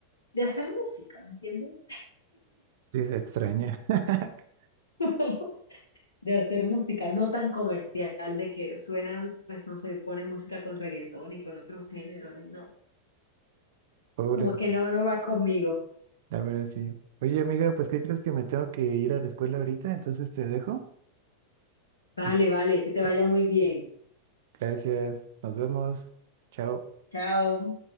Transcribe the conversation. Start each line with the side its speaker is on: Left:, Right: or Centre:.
Left: de hacer música, ¿me entiendes?
Right: Sí, se extraña. <laughs>
Left: <laughs> De hacer música, no tan comercial, de que suenan, pues no sé, pone música con reggaetón y con otros géneros, y no,
Right: Pobre.
Left: como que no, no va conmigo.
Right: La verdad, sí. Oye, amiga, pues ¿qué crees que me tengo que ir a la escuela ahorita? Entonces te dejo.
Left: Vale,
Right: Y...
Left: vale, que te vaya
Right: bueno,
Left: muy bien.
Right: Gracias. Nos vemos. Chao.
Left: Chao.